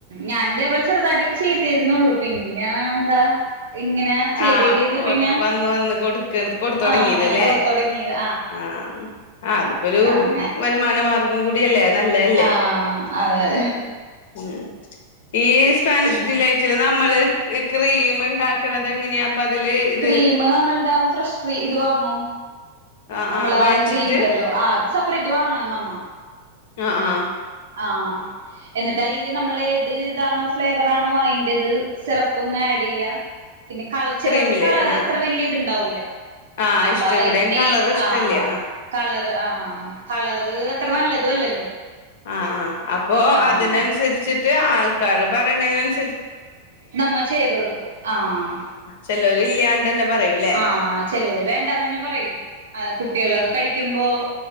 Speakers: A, on the right; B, on the left.
A: ഞാൻ ഇതേപോലെ ചെറുതായിട്ടൊക്കെ ചെ തിരുന്നുള്ളു പിന്നാ എന്താ ഇങ്ങനെ ചെയ്ത്
B: ആഹ്
A: ചെയ്ത് ചെയ്ത് പിന്നെ
B: വന്ന് വന്ന് കൊടുക്കണത് കൊടുത്തൊടങ്ങിയത്
A: ആഹ് അങ്ങനെ
B: ല്ലേ
A: കൊടുത്തൊടങ്ങിയത്
B: ആഹ് ആ അതിപ്പൊരു
A: അങ്ങനെ
B: വരുമാന മാർഗം കൂടിയല്ലേ അത് നല്ലതല്ലേ
A: ആഹ് അതെ
B: ആഹ് ഉം <unintelligible> ഈ സ്പാനിഷ്
A: പിന്നെ
B: ഡിലൈറ്റില് നമ്മള് ഈ ക്രീമിണ്ടാ ക്കണത് എങ്ങനെയാ? അതില് ഇത്
A: ക്രീമ് നമ്മൾടെ ഫ്രഷ് ക്രീ ഇത് വാങ്ങും
B: ആഹ്
A: നമ്മള
B: ആഹ് വാങ്ങിച്ചിട്ട്
A: ക്രീം ഇണ്ടല്ലോ ആ അത് സെപ് <unintelligible> വാങ്ങണം നമ്മ
B: ആഹ് ആഹ്
A: ആഹ് എന്നിട്ട് അതില് നമ്മള് ഏത് ഇതാണോ ഫ്ലേവറാണോ അതിൻറെ ഇത് സിറപ്പൊന്ന് ആഡ് ചെയ്യാ പിന്നെ കളർ ചിലവർക്ക്
B: ക്രീമില്
A: കളറ്
B: ആഹ്
A: അത്ര വലിയ ഇത്ണ്ടാവൂ ല്യ
B: ആഹ് ആഹ്
A: അപ്പ
B: ഇഷ്ട ഇവിടെയും
A: ഇത് മേ
B: കളർ ഇഷ്ടല്ല
A: ആഹ് കളറ് ആഹ് ആ കളറ് അത്ര നല്ലതും അല്ലല്ലോ
B: അഹ് ആഹ് അപ്പൊ
A: ആഹ്
B: അതിനനുസരിച്ചിട്ട് ആൾക്കാര പറയണനേന് അനുസ
A: നമ്മ ചെയ്ത കൊടുക്കും ആഹ്
B: ചിലര് ഇല്ലാണ്ട് തന്നെ പറയൂല്ലേ
A: ആഹ് ചിലവര് വേണ്ടാന്ന് തന്നെ പറയും കുട്ടികളൊക്കെ കഴിക്കുമ്പോ